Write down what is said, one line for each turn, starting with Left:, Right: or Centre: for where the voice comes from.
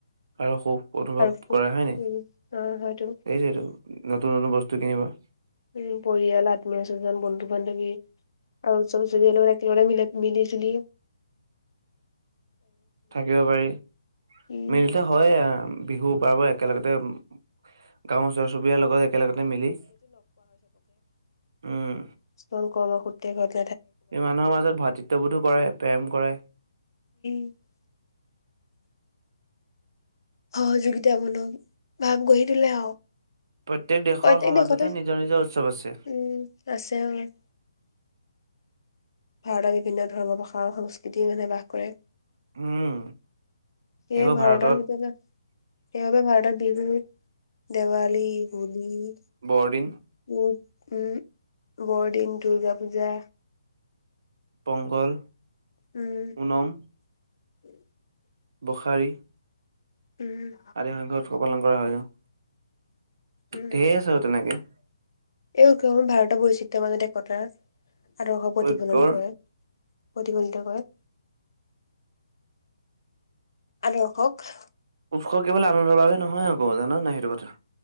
Right: আৰু সুখ অনুভৱ
Left: আৰু সুখ
Right: কৰা হয় নাই?
Left: উম অ হয়তো
Right: সেইটোৱেটো নতুন নতুন বস্তু। টো কিনিবা।
Left: উম পৰিয়াল আত্মীয স্বজন বন্ধু বান্ধৱী। আৰু উৎসৱ চবে একেলগে মিলা মিলিজুলি।
Right: থাকিব পাৰি।
Left: উম
Right: মিলতে হয়ে বিহু পাৰ কৰা একেলগতে- গাঁওৰ ওচৰ চুবুৰীয়া লগত একেলগতে মিলি। উম
Left: স্তন কৰ্মসূত্ৰে -
Right: এই মানুহৰ মাজত ভাতৃত্ববোধো কৰে প্ৰেম কৰে। -
Left: <unintelligible> সহযোগিতা মূলক ভাৱ গঢ়ি টোলে আউ।
Right: প্ৰত্যেক দেশৰ
Left: প্ৰত্যেক
Right: সমাজতে
Left: দেশতে
Right: নিজৰ নিজৰ উৎসৱ আছে
Left: উম আছে অ। ভাৰতৰ বিভিন্ন ধৰ্ম ভাষা, সংস্কৃতি মানে বাস কৰে। সেই
Right: উম, সেইবোৰ
Left: ভাৰতৰ
Right: ভাৰতত
Left: ভিতৰতে, সেইবাবে ভাৰতত দীৰ্ঘদিন - দেৱালী হোলী-
Right: বৰদিন,
Left: উম বৰদিন, দুৰ্গা পূজা-
Right: পংগল,
Left: উম
Right: পুনম-
Left: <inaudible>
Right: বখাৰী-
Left: উম
Right: আদি সংখ্যক উৎসৱ পালন কৰা হয় ন-
Left: উম
Right: ধেই আছে বা তেনেকে-
Left: এই উৎসৱসমূহ ভাৰতৰ বৈচিত্ৰ্যৰ মাজত একতাৰ আদৰ্শ প্ৰতিফলন
Right: ঐক্যৰ
Left: কৰে- প্ৰতিফলিত কৰে- আদৰ্শক-
Right: উৎসৱ কেৱল আনন্দৰ বাবে নহয় আকৌ জান নাই সেইটো কথা-